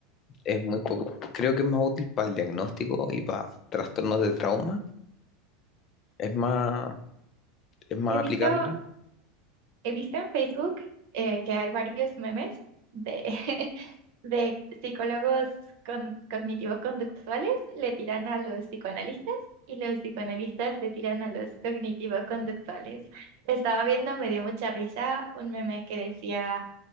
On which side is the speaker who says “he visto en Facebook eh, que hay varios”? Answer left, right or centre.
Right